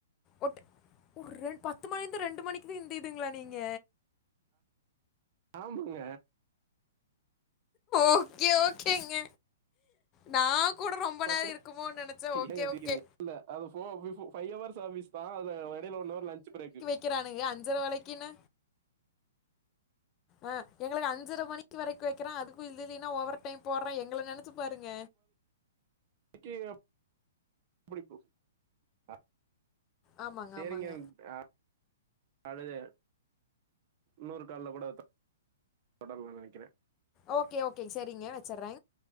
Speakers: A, on the left; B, on the right.
A: ஓட்ட ஒரு ரெ பத்து மணிந்து ரெண்டு மணிக்கு தான் இந்த இதுங்களா நீங்க
B: ஆமாங்க
A: ஓகே ஓகேங்க நா கூட ரொம்ப
B: பத்து
A: நேரம் இருக்குமோன் நெனைச்சே ஓகே
B: ஏங்க சிரிக்கிறீங்க
A: ஓகே
B: இல்ல அது ஃபே பி ஃபே ஃபைவ் ஹவர்ஸ் ஆஃபீஸ் தா அதுல எடைல ஒன் ஹவர் லன்ச் பிரேக்கு
A: க்கிறானுங்க அஞ்சரை வலைக்கின்னு ஆ எங்களுக்கு அஞ்சரை மணிக்கு வரைக்கும் வைக்கிறான் அதுக்கு இது இல்லைன்னா ஓவர் டைம் போட்றா எங்கள நெனச்சு பாருங்க
B: இட்டு அப் <unintelligible> ஆ
A: ஆமாங்க
B: சேரிங்க
A: ஆமாங்க
B: ஆ அழக இன்னொரு கால்ல கூட தொடர்லான் நனைக்கிற
A: ஓகே ஓகேங்க சேரிங்க வச்சர்றே